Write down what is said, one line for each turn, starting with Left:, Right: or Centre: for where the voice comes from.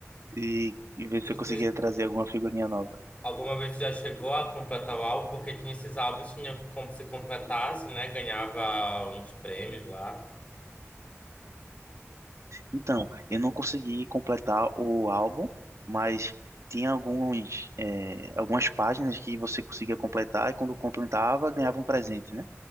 Right: e, e ver
Left: Tu,
Right: se eu conseguia
Left: tu-
Right: trazer alguma figurinha nova.
Left: alguma vez tu já chegou a completar o álbum? Porque tinha esses álbuns, tinha como se completasse, né? Ganhava uns prêmios lá.
Right: Então, eu não consegui completar o álbum, mas tinha alguns, é, algumas páginas que você conseguia completar e quando completava ganhava um presente, né?